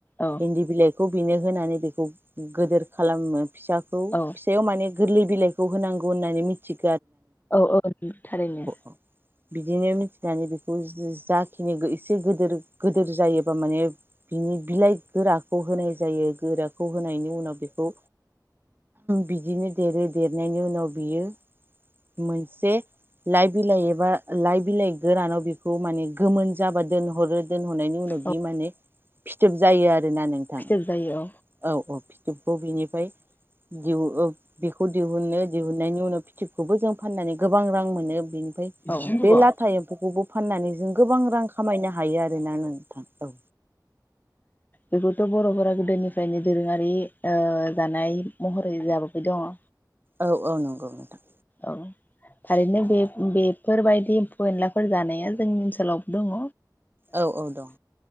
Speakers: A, on the left (about 25°); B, on the right (about 30°).
A: औ
B: इन्दि बिलाइ खौ बेनो होनानै बेखौ गिदिर खालामो। फिसाखौ
A: औ
B: फिसायाव माने गोरलै बिलाइखौ होनांगौ होननानै मिथियो
A: औ औ थारैनो।
B: औ बिदिनो मिथिनानै बेखौ जाखिनि एसे गिदिर गिदिर जायोबा माने बिनि बिलाइ गोराखौ होनाय जायो गोराखौ होनायनि उनाव बेखौ बिदिनो देरो देरनायनि उनाव बियो मोनसे लाइ बिलाइ एबा लाइ बिलाइ गोरानाव बेखौ माने गोमोन जाबा दोनहरो। दोनहनायनि उनाव बियो
A: औ
B: माने फिथोब जायो आ रोना नोंथां
A: फिथोब जायो
B: औ औ फिथोबखौ बिनिफ्राय दिहु बेखौ दिहुनो दिहुननायनि उनाव फिथोबखौबो जों फाननानै गोबां रां मोनो। बेनि फ्राय
A: औ
B: बे
A: औ
B: लाथाय एमफौवखौबो फाननानै जो गोबां रां खामायनो हायो आरो ना नोंथां। औ
A: बेखौथ' बरफोरा गोदोनिफ्रायनो दोरोङारि ओ दानाय महरै लाबोबाय दङ।
B: औ औ नंगौ नोंथां।
A: औ थारैनो बे बेफोरबायदि। एम्फौ-एनलाफोर जानाया जोंनि ओनसोलावबो दङ।
B: औ औ दं।